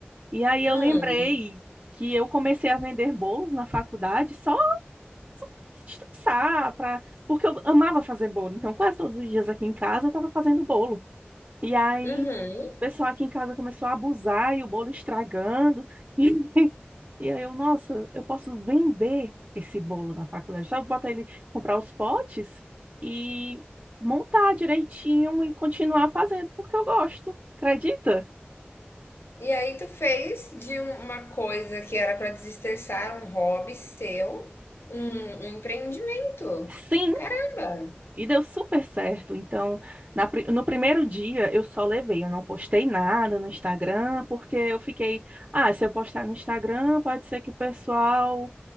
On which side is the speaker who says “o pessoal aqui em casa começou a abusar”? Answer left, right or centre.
Right